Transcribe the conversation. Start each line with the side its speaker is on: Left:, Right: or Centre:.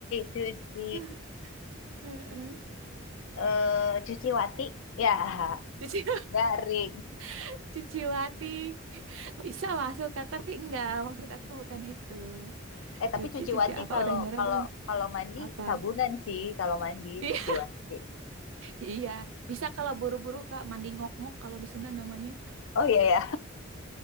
Left: cuci,
Right: <laughs> Heeh.
Left: eh cuci wati. Ya, <laughs>
Right: Cuci
Left: garing.
Right: <laughs> cuci watik. Bisa masuk Kak, tapi enggak. Maksud aku bukan itu.
Left: Eh, tapi
Right: Cuci
Left: cuci
Right: cuci
Left: wati
Right: apa?
Left: kalau
Right: Udah nyerah
Left: kalau
Right: belum?
Left: kalau mandi
Right: Apa?
Left: sabunan sih kalau mandi
Right: Iya,
Left: cuci wati.
Right: iya. Bisa kalau buru-buru Kak mandi ngok-ngok kalau di Sunda namanya.
Left: Oh iya ya.